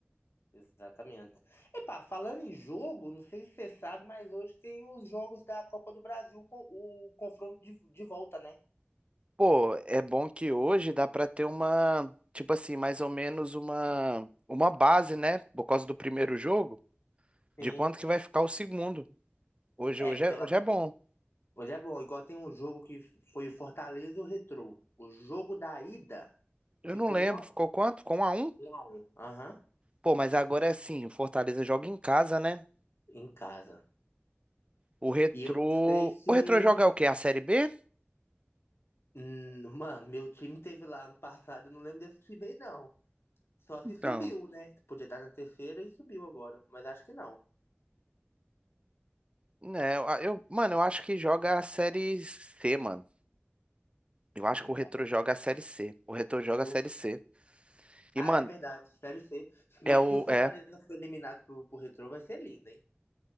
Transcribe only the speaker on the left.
Exatamente. Epá, falando em jogo, não sei se você sabe, mas hoje tem os jogos da Copa do Brasil com o confronto de, de volta, né?
Sim.
É,
pela,
Olha, é bom, igual tem um jogo que foi o Fortaleza e o Retrô. O jogo da ida
ficou
um a
um.
Um a um. Aham.
Em casa.
E eu não sei se.
hum, Mano, meu time teve lá ano passado, eu não lembro desse time aí, não. Só se
subiu, né? Podia estar na terceira e subiu agora. Mas acho que não.
Nossa.
e
o-
Ah,
é verdade. Série C. Mas
se o Fortaleza
for eliminado pro, pro Retrô, vai ser lindo, hein?